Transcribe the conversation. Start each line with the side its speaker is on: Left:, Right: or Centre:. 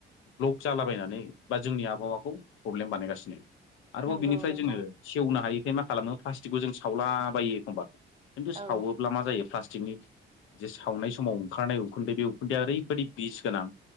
Left: ब्ल'क जालाबायनानै बा जोंनि आबहावाखौ प्रब्लेम बानायगासिनो। आरोबाव
Right: नंगौ
Left: बिनिफ्राय
Right: नोंथां
Left: जोङो सेवनो हायिखाय मा खालामो प्लास्टिकखौ जों सावलाबायो एखमबा। खिन्थु
Right: औ
Left: सावोब्ला मा जायो फ्लास थिकनि जे सावनाय समाव ओंखारनाय उखुन्दै बे उखुन्दैआ ओरैबायदि बिस गोनां